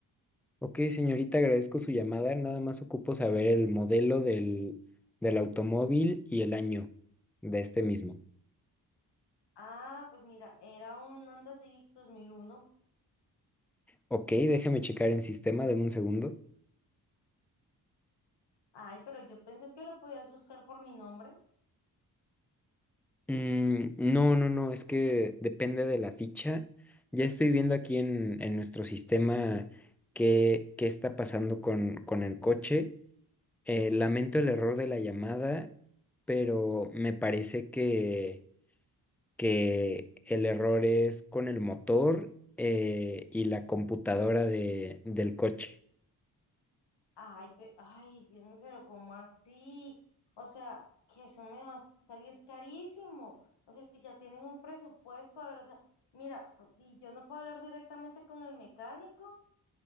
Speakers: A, in the centre; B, on the left.
A: Ok, señorita, agradezco su llamada. Nada más ocupo saber el modelo del, del automóvil y el año de este mismo.
B: Ah, pues mira, era un Honda Civic dos mil uno
A: Ok, déjeme checar en sistema, deme un segundo.
B: Ay, pero yo pensé que lo podías buscar por mi nombre.
A: Mm, no, no, no, es que depende de la ficha. Ya estoy viendo aquí en, en nuestro sistema qué, qué está pasando con, con el coche. Eh, lamento el error de la llamada, pero me parece que, que el error es con el motor eh, y la computadora de, del coche.
B: Ay, pe- ay, Dios mío, pero ¿cómo así? O sea, que eso me va a salir carísimo. O sea, que ya tienen un presupuesto. A ver, o sea, mira, pues, y yo no puedo hablar directamente con el mecánico.